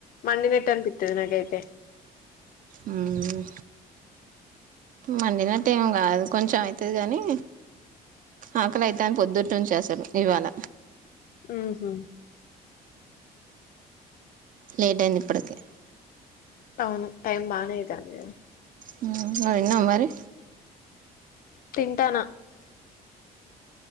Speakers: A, on the left; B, on the right.
A: మండి నట్టు అనిపిత్తది నాకైతే
B: హుమ్ మండినట్టు ఏం కాదు కొంచెం అయితది, కానీ ఆకలి అయితన్ పొద్దుట్ నుంచి అసల్ ఇవాళ
A: హ్మ్ హు
B: లేట్ అయింది ఇప్పడ్ కే
A: అవును టైమ్ బానే అయితాందే
B: హ్మ్ నువ్ తిన్నావా మరి
A: తింటానా